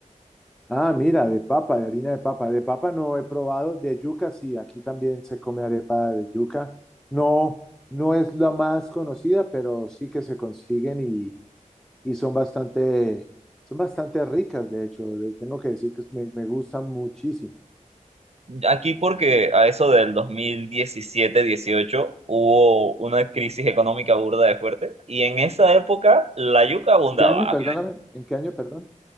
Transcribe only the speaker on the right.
Aquí porque a eso del 2017-18 hubo una crisis económica burda de fuerte y en esa época la yuca abundaba.